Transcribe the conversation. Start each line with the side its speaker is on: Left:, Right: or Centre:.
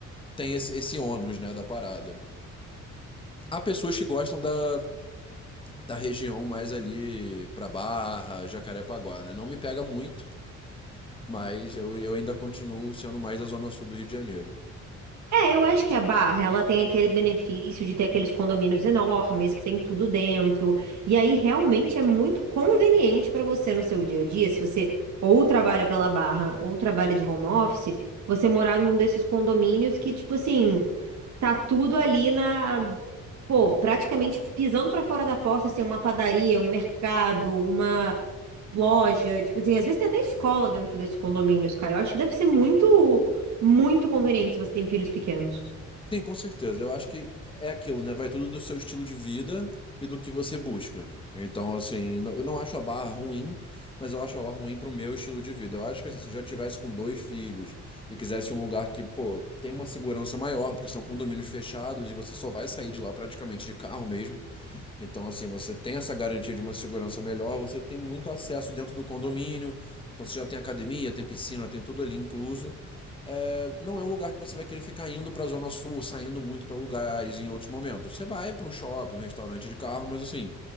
Left: tem esse, esse ônus, né, da parada. Há pessoas que gostam da, da região mais ali para Barra, Jacarepaguá, né? Não me pega muito, mas eu, eu ainda continuo sendo mais da zona sul do Rio de Janeiro.
Right: É, eu acho que a Barra, ela tem aquele benefício de ter aqueles condomínios enormes que tem tudo dentro. E aí realmente é muito conveniente para você no seu dia a dia, se você ou trabalha pela Barra ou trabalha de home office, você morar num desses condomínios que tipo assim, tá tudo ali na, pô, praticamente pisando para fora da porta, assim, uma padaria, um mercado, uma loja, tipo assim, às vezes tem até escola dentro desses condomínios, cara. Eu acho que deve ser muito, muito conveniente se você tem filhos pequenos.
Left: Sim, com certeza. Eu acho que é aquilo, né? Vai tudo do seu estilo de vida e do que você busca. Então, assim, não- eu não acho a barra ruim, mas eu acho ela ruim pro meu estilo de vida. Eu acho que assim, se eu já tivesse com dois filhos e quisesse um lugar que, pô, tem uma segurança maior, porque são condomínios fechados e você só vai sair de lá praticamente de carro mesmo. Então, assim, você tem essa garantia de uma segurança melhor, você tem muito acesso dentro do condomínio, então você já tem academia, tem piscina, tem tudo ali incluso. É, não é um lugar que você vai querer ficar indo para a Zona Sul, saindo muito para lugares em outros momentos. Você vai para um shopping, um restaurante de carro, mas assim,